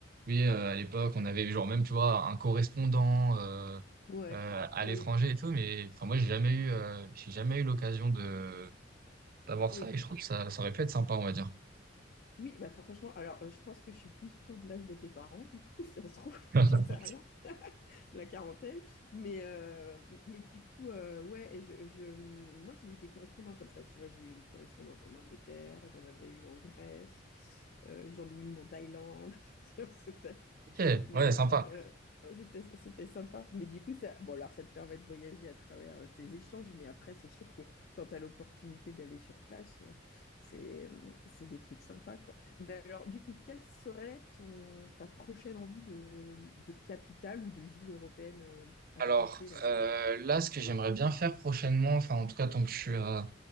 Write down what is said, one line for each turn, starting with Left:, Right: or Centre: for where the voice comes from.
Right: oui, euh, à l'époque, on avait genre même, tu vois, un correspondant euh,
Left: Ouais,
Right: euh, à
Left: oui.
Right: l'étranger et tout. Mais enfin, moi, j'ai jamais eu, euh, j'ai jamais eu l'occasion de d'avoir
Left: Oui,
Right: ça. Et je trouve que ça, ça aurait pu être sympa, on va dire.
Left: oui, bah franchement, alors euh, je pense que je suis plus tôt de l'âge de tes parents, du coup, <laughs> ça se trouve,
Right: <laughs>
Left: <laughs> j'en sais rien, la quarantaine, mais, euh, mais du coup, euh, ouais, je, je- moi j'ai eu des correspondants comme ça, tu vois, j'ai eu une correspondante en Angleterre, j'en avais une en Grèce, euh, j'en ai eu une en Thaïlande, <laughs> c'était
Right: Ok,
Left: Mais
Right: ouais, sympa.
Left: euh, euh, oh, c'était, c'était sympa. Mais du coup, ça, bon, alors ça te permet de voyager à travers euh, tes échanges, mais après, c'est sûr que quand tu as l'opportunité d'aller sur place, euh, c'est, euh, c'est des trucs sympas, quoi. Mais alors, du coup, quelle serait ton, ta prochaine envie de, de capitale ou de ville européenne euh, à
Right: Alors,
Left: visiter, là, du
Right: euh,
Left: coup?
Right: là, ce que j'aimerais bien faire prochainement, enfin, en tout cas, tant que je suis à